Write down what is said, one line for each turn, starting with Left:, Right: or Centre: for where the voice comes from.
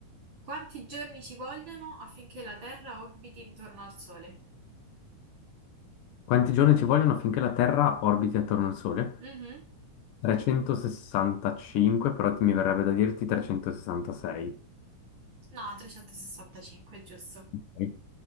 Right: Quanti giorni ci vogliono affinché la Terra orbiti intorno al Sole?
Left: Quanti giorni ci vogliono affinché la Terra orbiti attorno al Sole?
Right: Mhm.
Left: 365, però ti- mi verrebbe da dirti 366,
Right: No, 365, giusto.
Left: Ok.